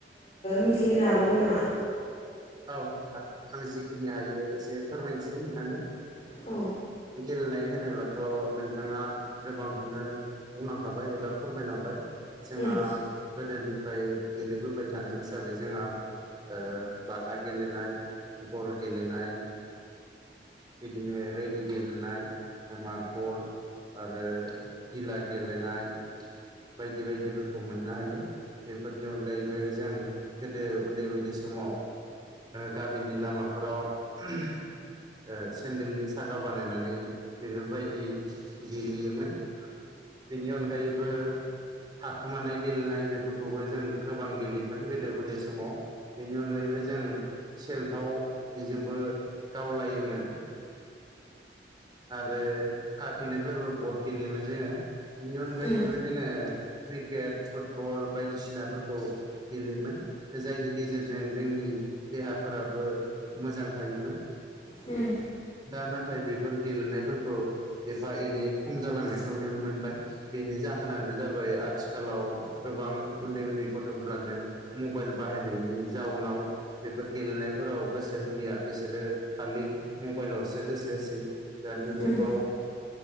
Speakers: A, on the left; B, on the right.
A: मिथिहोनो हाबावगोन नामा?
B: औ नोंथां आं जिखिनि हायो एसे फोरमायनोसै नोंथांनो।
A: औ
B: गेलेनाय होनोब्लाथ' नोंथाङा गोबांखौनो बुंलांखाबाय एबा फोरमायलांबाय। जोंहा
A: उम
B: गोदोनि फ्राय गेलेबोबाय थानाय हिसाबै जोंहा ओ बाथा गेलेनाय गर गेलेनाय बिदिनो रेडि गेलेनाय मार्बल आरो गिला गेलेनाय बायदि बायदिफोरखौ मोननो हायो बेफोरनि अनगायैबो जों गोदो उन्दै उन्दै समाव गामिनि लामाफोराव ओ सेन्देलनि साखा बानायनानै बेफोरबायदि गेलेयोमोन। बिनि अनगायैबो थाखुमानाय गेलेनाय बेफोरखौबो जों गोबां गेलेयोमोन गोदो उन्दाय समाव बेनि अनगायैबो जों सेलथाव बेजोंबो गावलायोमोन। आरो खाथिनायफोरबो बट गेलेयोमोन जोङो बेनि अनगायैबो
A: उम
B: जोङो क्रिकेट फुटबल बायदिसिनाफोरखौ गेलेयोमोन जायनि गेजेरजों जोंनि देहाफोराबो मोजां थायोमोन
A: उम
B: दा नाथाय बेफोर फोरखौ एफा एनै खम जालांनायखौ नुनो मोनबाय बेनि जाहोनानो जाबाय आथिखाल आथिखालाव गोबां उन्दै उन्दै गथ'फोरानो मबाइल बाहायनायनि जाउनाव बेफोर गेलेनायफोराव गोसो होलिया बिसोरो खालि मबाइलावसो गोसो होसै दानि
A: उम
B: जुगाव